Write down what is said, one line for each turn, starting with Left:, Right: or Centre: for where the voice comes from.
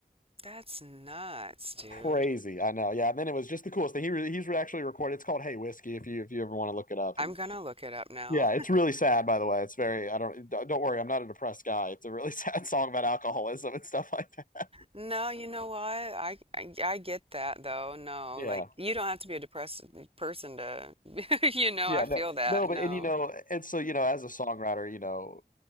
Right: That's nuts, dude.
Left: Crazy, I know. Yeah, and then it was just the coolest thing. He re- he's actually recorded. It's called Hey Whiskey. If you if you ever want to look it up,
Right: I'm
Left: and
Right: gonna look it up now.
Left: yeah,
Right: <laughs>
Left: it's really sad. By the way, it's very. I don't don't worry. I'm not a depressed guy. It's a really <laughs> sad song about alcoholism and stuff like that.
Right: No, you know what? I, I I get that though. No,
Left: Yeah.
Right: like you don't have to be a depressed person to, <laughs> you know,
Left: Yeah,
Right: I feel
Left: no,
Right: that.
Left: no,
Right: No.
Left: but and you know, and so you know, as a songwriter, you know,